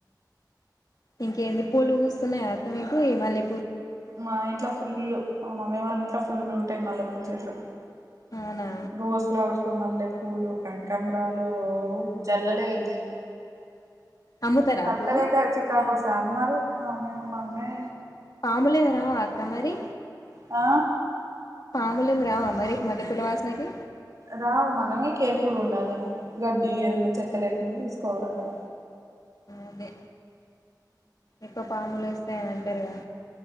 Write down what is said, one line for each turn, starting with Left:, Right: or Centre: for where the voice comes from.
Left: ఇంకేంది పూలు కూస్తున్నాయా అక మీకు ఈ మళ్ళీ
Right: మా ఇంట్లో ఫుల్లు మా మమ్మీ వాళ్ళ ఇంట్లో ఫుల్ ఉంటాయి మళ్ళ పూల చెట్లు
Left: అవునా
Right: రోజ ఫ్లావర్స్ మల్ళ పూలు కనకాంమరాలు జల్లలే ఎల్తెగ
Left: అమ్ముతారా
Right: కట్టలెక
Left: పూలు
Right: చికా కొస్ అమ్మరు మా అమ్మే మా అమ్మే
Left: పాములేేమీ రావా అక్క మరి
Right: ఆ
Left: పాములేం రావ మరి మల్లెపూలవాస్నకీ
Right: రావు మనమే కేర్ఫుల్ ఉండాలింగ గడ్డీ ఏదన్న చెత్త లేకుండ చూసుకోవాల అక్కడ
Left: అదే ఎక్కువ పాములు ఎస్ ఉంటయ్ అంటరుగద